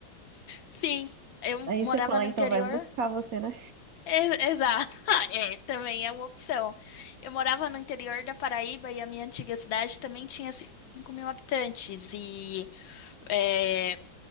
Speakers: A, on the left; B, on the right.
A: Sim, eu
B: Aí
A: morava
B: você fala,
A: no
B: então
A: interior
B: vai buscar você, né?
A: Exato, <laughs> é, também é uma opção. Eu morava no interior da Paraíba e a minha antiga cidade também tinha 5 mil habitantes. E é,